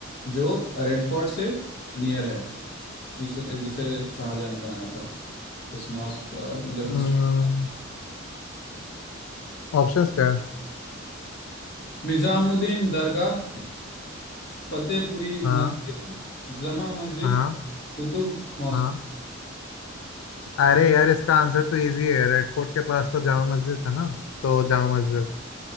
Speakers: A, on the left; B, on the left.
A: जो रेड फोर्ट से नियर है जिस जिसे शाहजहाँ ने बनाया था उस मॉस्क का मतलब
B: हम्म
A: हिस्ट्री
B: ऑप्शंस क्या है
A: निजामुद्दीन दरगाह फतेहपुरी
B: हाँ
A: मस्जिद जमा मस्जिद
B: हाँ
A: कुतुब मॉस्क
B: हाँ अरे यार इसका आंसर तो इजी है रेड फोर्ट के पास तो जामा मस्जिद था ना तो जामा मस्जिद